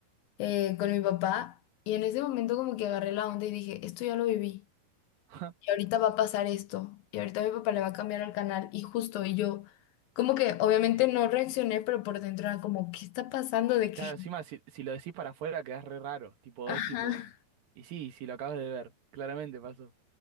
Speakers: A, on the left; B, on the right.
A: eh, con mi papá y en ese momento como que agarré la onda y dije, esto ya lo viví
B: Ajá.
A: y ahorita va a pasar esto y ahorita mi papá le va a cambiar al canal y justo y yo como que obviamente no reaccioné, pero por dentro era como, ¿qué está pasando? De que,
B: Claro, encima si, si lo decís para afuera quedás re raro, tipo,
A: <laughs> ajá.
B: es tipo... Y sí, si lo acabas de ver, claramente pasó.